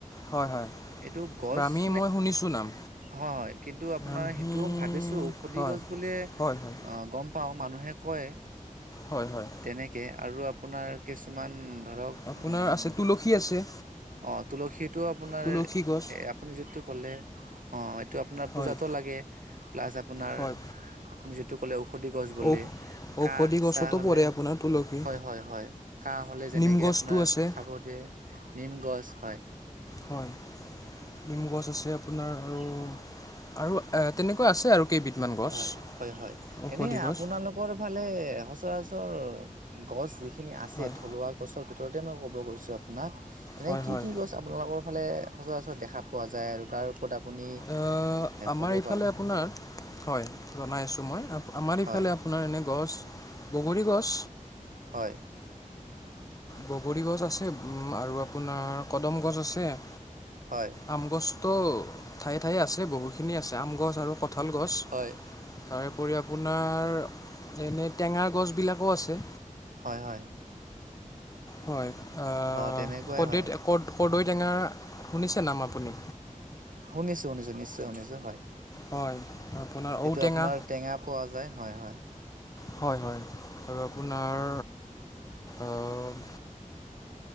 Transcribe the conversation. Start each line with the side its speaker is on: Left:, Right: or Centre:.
Left: হয় হয়
Right: এইটো গছ-
Left: ব্ৰাহ্মী মই শুনিছো নাম।
Right: হয় হয় কিন্তু আপোনাৰ
Left: ব্ৰাহ্মী
Right: সেইটোও ভাবিছো ঔষধি,
Left: হয়
Right: গছ বুলিয়ে
Left: হয় হয়
Right: অ গম- পাওঁ মানুহে কয়
Left: হয় হয়
Right: তেনেকে আৰু আপোনাৰ কিছুমান- ধৰক
Left: আপোনাৰ
Right: উম
Left: আছে তুলসী, আছে।
Right: অ তুলসীটো আপোনাৰ
Left: তুলসী গছ
Right: এ আপুনি যিটো ক'লে অ। টো আপোনাৰ
Left: হয়
Right: পূজাতো লাগে, প্লাছ আপোনাৰ
Left: হয়
Right: আপুনি যিটো কলে ঔষধি গছ বুলি
Left: ঔ ঔষধি
Right: কাহ
Left: গছতো
Right: চাহ হলে।
Left: পৰে আপোনাৰ তুলসী
Right: হয় হয় হয়। কাহ হলে যেনেকে
Left: নিম গছটো
Right: আপোনাৰ
Left: আছে
Right: খাব দিয়ে নিম- গছ হয়।
Left: হয, নিম গছ আছে আপোনাৰ আৰু-
Right: <unintelligible>
Left: আৰু এ তেনেকুৱা আছে আৰু। কেইবিধমান গছ
Right: হয় হয় হয়
Left: ঔষধি
Right: এনে
Left: গছ
Right: আপোনালোকৰ ফালে এ- সচৰাচৰ গছ যিখিনি আছে
Left: হয়
Right: থলুৱা গছৰ ভিতৰতে মই ক'ব গৈছো আপোনাক- এনে
Left: হয়
Right: কি
Left: হয়
Right: কি গছ আপোনালোকৰ ফালে সচৰাচৰ দেখা পোৱা যায় আৰু তাৰ- পত আপুনি
Left: এ আমাৰ
Right: ক'ব
Left: এইফালে
Right: পাৰে।
Left: আপোনাৰ হয় জনাই আছো মই আমাৰ ইফালে
Right: হয়,
Left: আপোনাৰ এনে গছ- বগৰী গছ।
Right: হয়,
Left: বগৰী গছ আছে উম আৰু আপোনাৰ কদম গছ আছে-
Right: হয়,
Left: আম গছতটো ঠায়ে ঠায়ে আছে বহুখিনি আছে আম গছ আৰু ক- কঠাল গছ
Right: হয়,
Left: তাৰে- উপৰি আপোনাৰ এনেই টেঙাৰ গছবিলাকো আছে।
Right: হয় হয়।
Left: হয়। আ
Right: অ তেনেকুৱাই
Left: কৰ্দৈ
Right: হয়।
Left: ক কৰ্দৈ টেঙা শুনিছে নাম আপুনি।
Right: শুনিছো শুনিছো নিশ্চয় শুনিছো হয়।
Left: হয় আপোনাৰ ঔটেঙা
Right: এইটো আপোনাৰ টেঙা পোৱা যায় হয় হয়।
Left: হয় হয় আৰু আপোনাৰ অ-